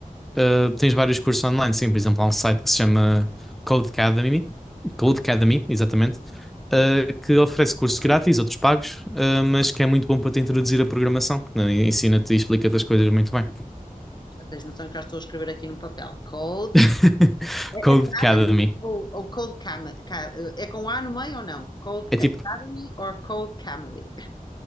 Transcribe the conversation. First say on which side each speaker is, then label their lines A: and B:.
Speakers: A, in the centre; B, on the left.
A: uh, tens vários cursos online. Sim, por exemplo, há um site que se chama Codecademy, Codecademy, exatamente, uh, que oferece cursos grátis, outros pagos, uh, mas que é muito bom para te introduzir a programação. Uh, Ensina-te e explica-te as coisas muito bem.
B: já tens noção que já estou a escrever aqui num papel. Cold
A: <laughs>
B: É
A: Codecademy.
B: Academy ou, ou Cold Comedy? É com A no meio ou não? Cold
A: É tipo
B: Academy ou Cold Comedy?